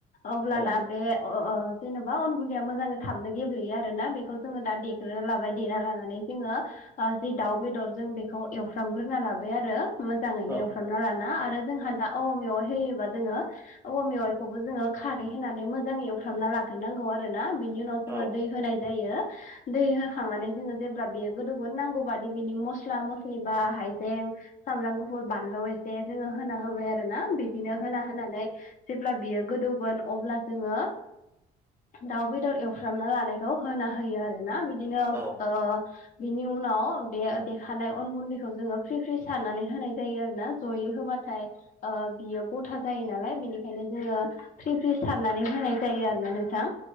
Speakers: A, on the left; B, on the right.
A: अब्लाना
B: औ
A: बे अ अ जेनेबा अन गुन्दैया मोजाङै थाबनो गेब्लेयो आरो ना बेखौ जोङो दा देग्रोना लाबाय देना लानानै। जोङो ओ जि दाउ बेदर जों बेखौ। एवफ्रामग्रोना लाबाय आरो मोजाङैनो
B: औ
A: एवफ्रामना लाना आरो जोंहा दा औवा मेवाइ होयोबा जोङो औवा मेवाइखौबो जोङो खारै होनानै मोजाङै एवफ्रामना ला ग्रोनांगौ आरो ना बिनि उनाव
B: औ
A: जोङो दै होनाय जायो। दै होखांनानै जोङो जेब्ला बियो गोदौगोनो नांगौ बादि बिनि मस्ला मस लि बा हाइजें सामब्राम गुफुर बानलु एसे जोङो होना होबाय आरो ना बिदिनो होना होना नै जेब्ला बियो गोदौगोन अब्ला जोङो। दाउ बेदर एवफ्रामना लानायखौ होना होयो आरो। ना बिदिनो
B: औ
A: ओ बिनि उनाव बे दे देखानाय। अन गुन्दैखौ जोङो फ्रि फ्रि सारनानै होनाय जायो आरोना जयै होबाथाय बियो गथा जान यो नालाय बेनिखायनो जोङो फ्रि फ्रि सारनानै होनाय जायो आरोना नोंथां।